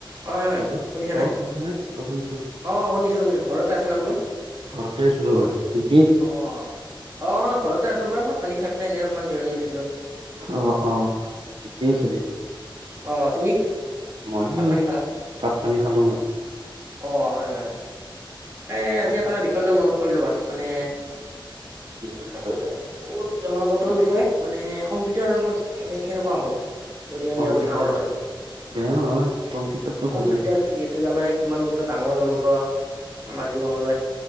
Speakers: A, on the right (about 30°); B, on the right (about 80°).
A: হয় হয়
B: হেল্ল,
A: শুনিছানে
B: 'অ শুনিছ নাই অ শুনিছো।
A: অ, ' শুনিছো শুনিছো ঘৰতে আছ না বোলো
B: ঘৰতে আছো ৰবা তুমি
A: অ, ' আহ। ঘৰতে আছোঁ বা ভাত পানী খাই পেলাই এনেই অলপমান জিৰণি লৈছোঁ।
B: অ, 'অ ঠিকেই আছে দে
A: অঁ, ' তুমি
B: মইো
A: ভাত পানী খালা
B: ভাত পানী খালো মানে
A: অ, 'হয় হয় তাকে আজি
B: বাকী
A: এটা বিষয় লৈ মনত পৰি লোৱা মানে
B: কি আৰু
A: তাৰমানে
B: কিবা
A: কত, জনজাতৰ
B: কি
A: বিষয়ে মানে কম্পিউটাৰৰ ওপৰত মানে কেনেকুৱা হ'ব যদি, আমি
B: কম্পিউটাৰ
A: আলোচনা কৰো আজি
B: বেয়া নহয় কম্পিউটাৰটো
A: কম্পিউটাৰটো
B: ভালেই
A: যিহেতু জানাই কিমান এটা ডাঙৰ যন্ত্ৰ। কোৱা।
B: হয়
A: আমাৰ
B: হয়
A: জীৱনলৈ